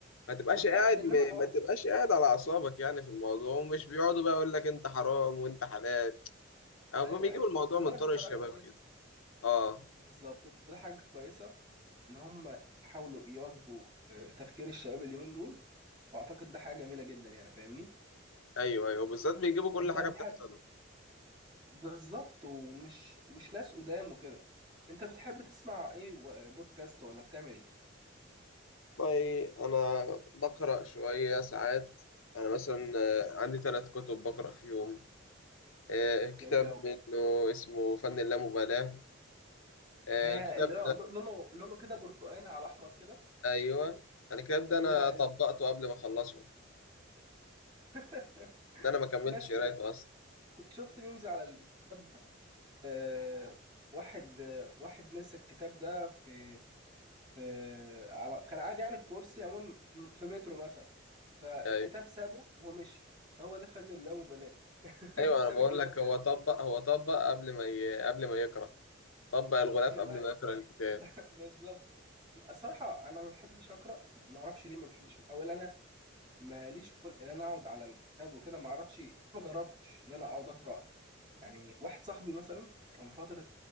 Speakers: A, on the left; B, on the right.
A: ما تبقاش
B: بالظبط
A: قاعد
B: انما
A: م-
B: واحد
A: ما تبقاش قاعد على اعصابك يعني في الموضوع ومش بيقعدوا بقى يقول لك انت حرام وانت حلال او
B: ايوه
A: بيجيبوا
B: ايوه
A: الموضوع
B: بيجيبوا
A: من
B: لك
A: طرق
B: بطريقه
A: الشباب
B: كويسه
A: كده اه
B: بالظبط وده حاجة كويسة إن هم يحاولوا يواكبوا آه، تفكير الشباب اليومين دول فأعتقد ده حاجة جميلة جدا يعني فاهمني
A: ايوه ايوه بالذات بيجيبوا كل
B: أنت
A: حاجه
B: بتحب
A: بتحصل
B: بالظبط ومش ومش ناس قدام وكده أنت بتحب تسمع إيه و- بودكاست ولا بتعمل إيه
A: والله انا بقرا شويه ساعات انا مثلا آه، عندي ثلاث كتب بقرا فيهم آه، كتاب
B: جميل أوي
A: منه اسمه فن اللامبالاه آه،
B: يا
A: الكتاب
B: اللي هو لونه لونه كده برتقاني على أحمر كده
A: ايوه انا كده ابدا
B: اللي
A: انا
B: هو
A: طبقته
B: إن-
A: قبل ما اخلصه
B: <laughs>
A: ده انا ما كملتش
B: في ناس
A: قرايته اصلا
B: كنت شفت ميمز على الكتاب ده آه، واحد آه، واحد نسى الكتاب ده في في على كان قاعد يعني في كرسي عموما في في مترو مثلا فالكتاب
A: ايوه
B: سابه ومشي فهو ده فن اللامبالاة <laughs>
A: ايوه
B: ساب
A: انا بقول
B: الكتاب
A: لك هو
B: يعني
A: طبق هو طبق قبل ما ي... قبل ما يقرا طبق الغلاف
B: ايوه
A: قبل
B: أيوة،
A: ما يقرا الكتاب
B: <laughs> بالظبط لا الصراحة أنا ما بحبش أقرأ يعني ما أعرفش ليه ما بحبش أقرأ أو إن أنا ماليش خلق إن أنا أقعد على الكتاب وكده ما أعرفش ما جربتش إن أنا أقعد أقرأ يعني واحد صاحبي مثلا كان فترة